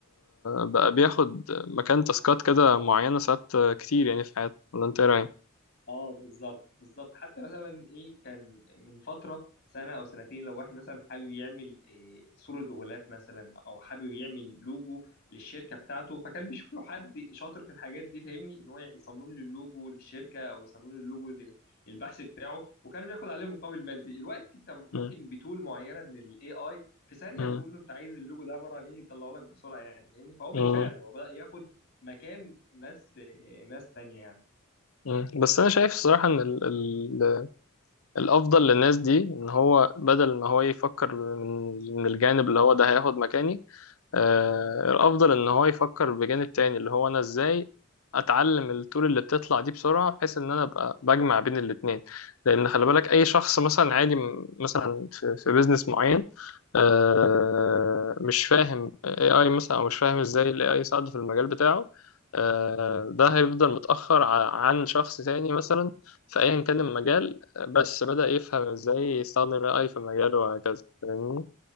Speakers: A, on the left; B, on the left.
A: بقى بياخد مكان تاسكات كده معينة ساعات كتير يعني في حياتنا ولا انت ايه رأيك؟
B: اه بالظبط بالظبط حتى مثلا ايه كان من فتره سنه او سنتين لو واحد مثلا حابب يعمل إيه صوره غلاف مثلا او حابب يعمل لوجو للشركه بتاعته فكان بيشوف له حد شاطر في الحاجات دي فاهمني ان هو يصمم له اللوجو للشركه او يصمم له اللوجو لل- للبحث بتاعه وكان بياخد عليه مقابل مادي دلوقتي انت ممكن
A: مم.
B: بتول معينه من الاي اي في ثانيه
A: مم.
B: تقول له انت عايز اللوجو ده عباره عن ايه يطلعه لك بسرعه يعني فاهمني فهو بالفعل
A: مم.
B: هو بدا ياخد مكان ناس إيه، ناس تانيه يعني
A: مم. بس انا شايف الصراحة ان ال ال الافضل للناس دي ان هو بدل ما هو يفكر من من الجانب اللي هو ده هياخد مكاني آه، الافضل ان هو يفكر بجانب تاني اللي هو انا ازاي اتعلم الطول اللي بتطلع دي بسرعه بحيث ان انا ابقى بجمع بين الاتنين لان خلي بالك اي شخص مثلا عادي م- مثلا في, في بيزنس معين آه، مش فاهم اي اي مثلا او مش فاهم ازاي الاي اي يساعده في المجال بتاعه آه، ده هيفضل متاخر ع- عن شخص تاني مثلا في ايا كان المجال آه، بس بدأ يفهم ازاي يستخدم الاي اي في مجاله وهكذا فاهمني